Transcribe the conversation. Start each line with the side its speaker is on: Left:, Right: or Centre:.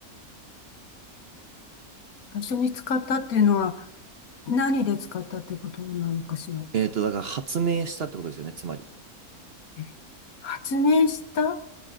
Left: 最初に使ったっていうのは、何で使ったってことなのかしら。
Right: えっと、だから発明したってことですよね、つまり。
Left: え発明した